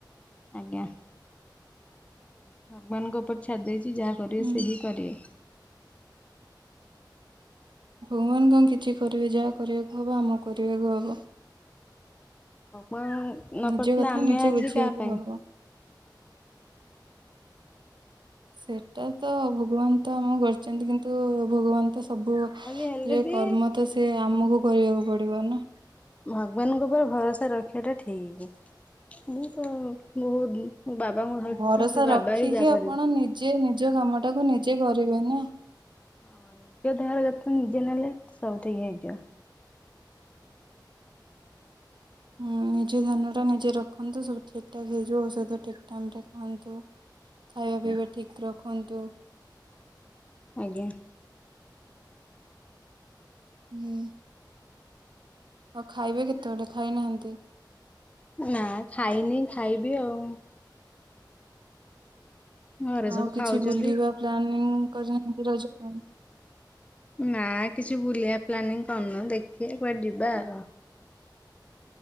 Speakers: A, on the left; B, on the right.
A: ଆଜ୍ଞା। ଭଗବାନଙ୍କ ଉପର ଛାଡ ଦେଇ ଯାହା କରିବେ
B: ହୁଁ
A: ସେ ହିଁ କରିବେ।
B: ଭଗବାନ କଣ କିଛି କରିବେ ଯାହା କରିବାକୁ ହବ ଆମ କରିବାକୁ ହବ।
A: ମୁଁ ନକଥିଲ
B: ନିଜ କଥା
A: ଆମେ
B: ନିଜେ
A: ଆଜି
B: ବୁଝିବାକୁ
A: କାହା ପାଇଁ
B: ହବ। ସେଟା ତ ଭଗବାନ ତ ଆମ କରିଛନ୍ତି କିନ୍ତୁ ଭଗବାନ ତ ସବୁ
A: ଯାହା ବି ହେଲେ
B: ରେ
A: ବି
B: କର୍ମ ତ ସେ ଆମକୁ କରିବାକୁ ପଡିବ ନା
A: ଭଗବାନଙ୍କ ଉପରେ ଭରସା ରଖିବା ଟା ଠିକ। ମୁଁ ତ ବହୁତ ମୋ ବାବାଙ୍କୁ ଧରିଛି
B: ଭରସା
A: ସେ ବାବା
B: ରଖିକି
A: ହିଁ ଯାହା
B: ଆପଣ
A: କରିବେ।
B: ନିଜେ ନିଜ କାମ ଟାକୁ ନି ନିଜେ କରିବେ ନା।
A: ହଁ ନିଜ ଦେହ କଥା ନିଜେ ନେଲେ ସବୁ ଠିକ ହେଇଯିବ।
B: ନିଜେ ଧ୍ୟାନ ଟା ନିଜେ ରଖନ୍ତୁ ସବୁ ଠିକ ଠା ହେଇଯିବ ଔଷଧ ଠିକ ଟାଇମ ରେ ଖାଆନ୍ତୁ। ଖାଇବା
A: ଆଜ୍ଞା
B: ପିଇବା ଠିକ୍ ରହ ଦେଖନ୍ତୁ।
A: ଆଜ୍ଞା।
B: ହୁଁ ଆଉ ଖାଇବେ କେତେବେଳେେ ଖାଇନାହାନ୍ତି
A: ନା ଖାଇନି ଖାଇବି ଆଉ। ଘରେ
B: ଆଉ
A: ସବୁ
B: କିଛି
A: ଖାଉଛନ୍ତି।
B: ବୁଲିବା ପ୍ଲାନିଂ କରିନାହାନ୍ତି ରଜ ପାଇଁ
A: ନା କିଛି ବୁଲିବା ପ୍ଲାନିଂ କରନୁ ଦେଖିାର ଯିବା ଆ